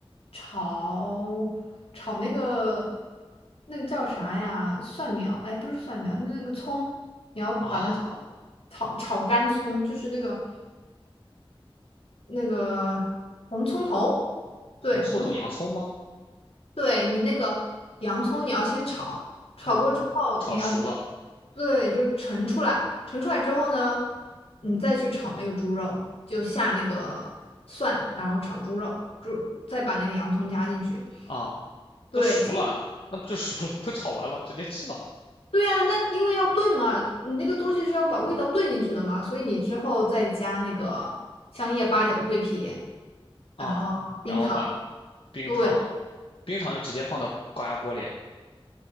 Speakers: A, on the left; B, on the left.
A: 炒炒那个那个叫啥呀？蒜苗？哎，不是蒜苗，那个葱，你要把它炒
B: 啊，
A: 炒炒干葱，就是那个那个红葱头，对，
B: 红葱头、
A: 红。
B: 洋葱吗？
A: 对你那个洋葱，你要先炒，炒过之后你要，
B: 嗯，炒熟了
A: 对，就是盛出来，盛出来之后呢，你再去炒那个猪肉，就下那个蒜，然后炒猪肉，猪再把那个洋葱加进去。
B: 啊，
A: 对，
B: 都熟了，那不就熟了？<laughs> 都炒完了，直接吃了
A: 对啊，那因为要炖嘛，你那个东西是要把味道炖进去的嘛，所以你之后再加那个香叶、八角、桂皮，
B: 啊。
A: 然后冰糖，
B: 然后把冰糖，
A: 对，
B: 冰糖就直接放到高压锅里。